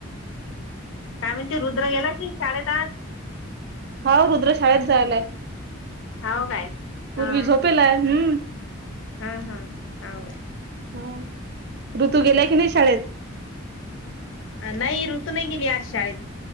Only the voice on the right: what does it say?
हाव रुद्र शाळेत जायेलाय.
पूर्वी
झोपेलाय हम्म.
हव, ऋतू गेलाय की नाही शाळेत?